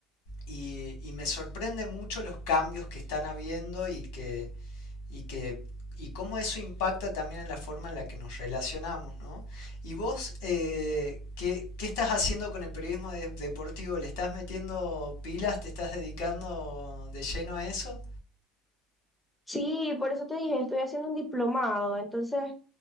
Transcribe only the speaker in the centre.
Sí, por eso te dije, estoy haciendo un diplomado, entonces